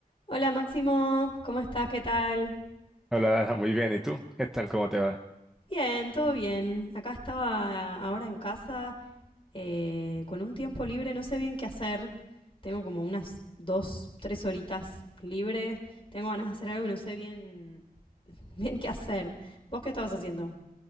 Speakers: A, on the left (about 35°); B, in the centre.
A: Hola Máximo, ¿cómo estás? ¿Qué tal?
B: Hola, <laughs> Dana, muy bien. ¿Y tú? ¿Qué tal? ¿Cómo te va?
A: Bien, todo bien. Acá estaba ahora en casa eh, con un tiempo libre, no sé bien qué hacer. Tengo como unas dos, tres horitas libres. Tengo ganas de hacer algo y no sé bien, <laughs> bien qué hacer. ¿Vos qué estabas haciendo?